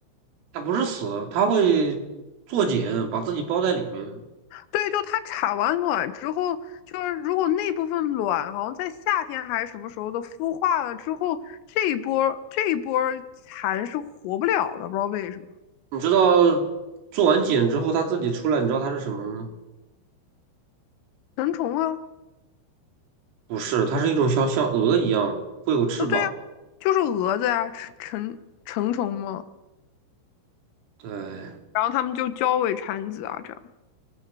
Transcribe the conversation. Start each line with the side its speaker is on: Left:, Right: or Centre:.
Right: 它不是死，它会做茧，把自己包在里面。
Left: 对，就它产完卵之后，就是如果那部分卵好像在夏天还是什么时候的孵化了之后，这一波这一波蚕是活不了的，不知道为什么。
Right: 你知道做完茧之后它自己出来，你知道它是什么吗？
Left: 成虫啊，
Right: 不是，它是一种像像鹅一样会有翅膀。
Left: 对呀、啊，就是蛾子呀、成成成虫嘛。
Right: 对，
Left: 然后它们就交尾产子啊，这样。